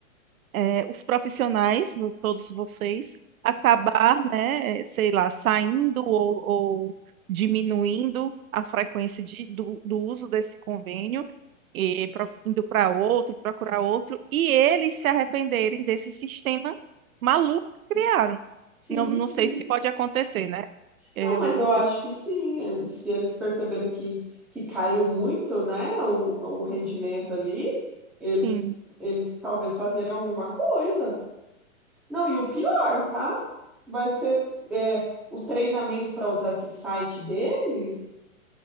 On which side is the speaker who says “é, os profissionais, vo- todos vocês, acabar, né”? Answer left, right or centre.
Right